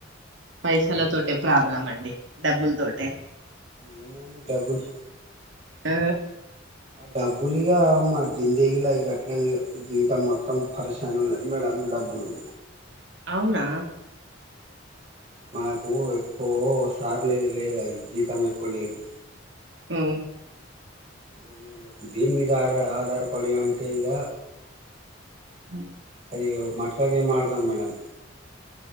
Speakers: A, on the right; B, on the right.
A: పైసల తోటే ప్రాబ్లం అండి డబ్బుల తోటే
B: ఏమైంది డబ్బులు
A: ఆ
B: ఆ డబ్బులుగా మా జిందేగిలా ఇక అట్ల జీవితం మొత్తం మొత్తం పరేసాని ఉన్నది మేడం డబ్బులు
A: అవునా
B: మాకు ఎక్కువ సార్లు లే లేదుఅది జీతం ఎక్కువ లేదు
A: హ
B: ఇగ మేము దీని మీద ఆ అరా ఆధారపడి అంటే ఇగ
A: అ
B: అది మట్కా గేం ఆడదాం మేడం